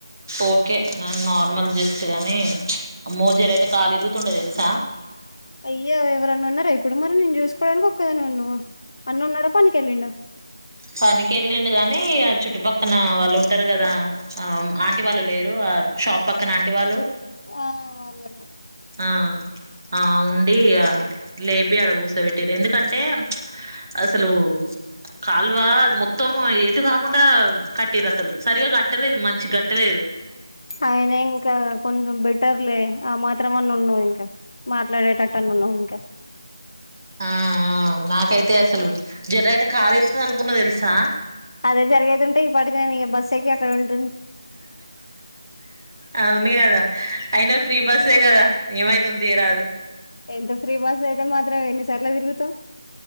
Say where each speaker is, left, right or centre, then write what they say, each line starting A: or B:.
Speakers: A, on the right; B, on the left.
A: ఓకే న నార్మల్ జస్ట్ గాని మోజీర అయితే కాలు ఇరుగుతుండే తెలుసా
B: అయ్య ఎవరన్నా ఉన్నారా ఇప్పుడు మరి నేను చూసుకోవడానికి ఒక్కదాని ఉన్నా అన్న ఉన్నాడా పనికిళ్ళింండ
A: పనికి వెళ్ళండు కాగాని ఆ చుట్టుపక్కన వాళ్ళు ఉంటారు కదా ఆ ఆంటి వాళ్ళు లేరు షాప్ పక్కనంటి వాళ్ళు
B: ఆ వల్ల
A: ఆ ఆ ఉండి ఆ లేపి అడ గోసబెట్టిర్రు ఎందుకంటే అసలు కాల్వ మొత్తం ఏటు గాకుండా కట్టిర్రు అసలు సరిగా కట్టలేదు మంచిగ్గట్టలేదు
B: అయిన ఇంకా కొంచెం బెటర్లే ఆ మాత్రము అన్న ఉన్నావ్ ఇంకా మాట్లాడేటట్టు అన్న ఉన్నావ్ ఇంకా
A: ఆ ఆ నాకైతే అసలు జర్ర అయితే కాలిరిగుతది అనుకున్న తెలుసా
B: అదే జరిగేది ఉంటే ఈపాటికి నేను ఏ బస్ ఎక్కి అక్కడ ఉం
A: అవును కదా అయినా ఫ్రీ బస్సే కదా ఏమైతుంది తీరాదు
B: ఎంత ఫ్రీ బస్ అయితే మాత్రం ఎన్నిసార్ల తిరుగుతావ్